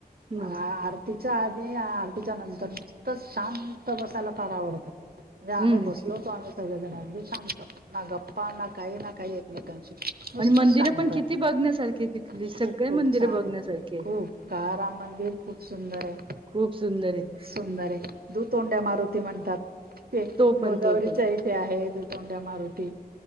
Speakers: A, on the right; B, on the right.
A: आ-आरतीच्या
B: हम्म
A: आधी आरतीच्या नंतर नुसतंच शांत बसायला फार आवडतं. म्हणजे आम्ही
B: हम्म
A: बसलो होतो. आम्ही सगळेजण. अगदी शांत ना गप् पा ना काही ना काही एकमेकांशी. नुसत
B: आणि मंदिरं
A: सांगत
B: पण किती बघण्यासारखी तिथली
A: खूप
B: सगळे
A: खूप
B: मंदिरं
A: छान
B: बघण्यासारखी
A: आहे.
B: आहे.
A: खूप, काळाराम मंदिर खूप सुंदरे.
B: खूप सुंदरे.
A: सुंदरे. दुतोंड्या मारुती म्हणतात. ते
B: तो पण
A: गोदावरीचा
B: तो पण
A: एक ते आहे दुतोंड्या मारुती.